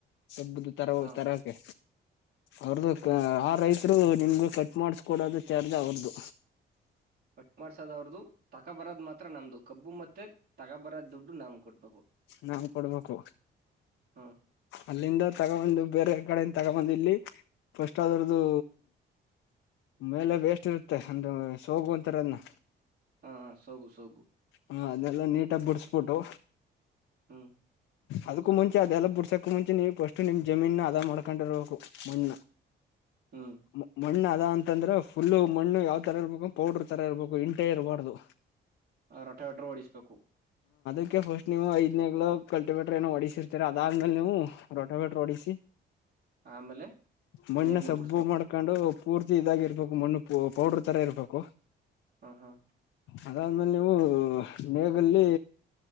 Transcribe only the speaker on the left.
ಕಬ್ಬುದು ತರ
ತರಕೆ ಅವ್ರದದುು
ಆ ರೈಸ್ ದ್ರು ನಿಮ್ಗೂ ಕಟ್ಮಾಡಿಸ್ಕೊಡೋದು ಚಾರ್ಜ್ ಅವರ್ದು.
ನಾನ್ ಕೊಡ್ಬೇಕು.
ಅಲ್ಲಿಂದ ತಗೊಬಂದು ಬೇರೆ ಕಡೆಯಿಂದ ತಗೊಬಂದು ಇಲ್ಲಿ ಫಸ್ಟ್ ಅದ್ರದ್ದು ಮೇಲೆ ವೇಸ್ಟ್ ಇರುತ್ತೆ ಅಂದ್ರ ಸೋಗು ಅಂತಾರೆದನ್ನ.
ಹ ಅದ್ನೇಲ್ಲ ನೀಟಾಗ್ ಬುಡ್ಸ್ಬುಟ್ಟು
ಅದ್ಕು ಮುಂಚೆ ಅದೆಲ್ಲ ಬುಡ್ಸಕ್ ಅದ್ಕು ಮುಂಚೆ ನೀವ್ ಫಸ್ಟು ನಿಮ್ ಜಮೀನ ಅದ ಮಾಡ್ಕಂಡಿರ್ಬೇಕು ಮಣ್ಣ
ಮ ಮಣ್ಣಾ ಇಲ್ಲ ಅಂತಂದ್ರ ಫುಲ್ಲು ಮಣ್ಣು ಯಾವ್ ತರ ಇರ್ಬೇಕು ಪೌಡ್ರು ತರ ಇರ್ಬೇಕು ಇಂಟೆ ಇರ್ಬಾರ್ದು
ಅದ್ಕೆ ಫಸ್ಟ್ ನೀವು ಐದ್ನೇಗ್ಲ ಕಲ್ಟಿವೆಟ್ರು ಏನೋ ಹೊಡಿಸಿರ್ತೀರ ಅದಾದ್ಮೇಲ್ ನೀವು ರೊಟೆವೆಟ್ರು ಹೊಡಿಸಿ
ಮಣ್ಣ
ಸಬ್ಬು
ಮಾಡ್ಕಂಡು ಪೂರ್ತಿ ಇದಾಗಿ ಇರ್ಬೇಕು, ಮಣ್ಣು ಪೋ ಪೌಡ್ರು ತರ ಇರ್ಬೇಕು.
ಅದಾದ್ಮೇಲ್ ನೀವು ನೇಗಲ್ಲಿ